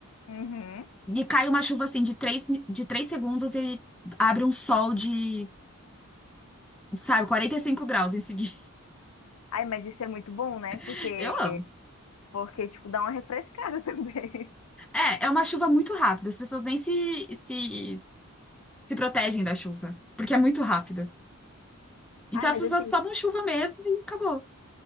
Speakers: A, on the left; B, in the centre.
A: Uhum.
B: E cai uma chuva assim de três mi- de três segundos e abre um sol de, sabe, 45 graus em seguida.
A: Ai, mas isso é muito bom, né? Porque,
B: <laughs> Eu amo.
A: porque tipo, dá uma refrescada <laughs> também.
B: É, é uma chuva muito rápida, as pessoas nem se, se, se protegem da chuva, porque é muito rápida. Então
A: Ai, mas
B: as pessoas
A: assim,
B: tomam chuva mesmo e acabou.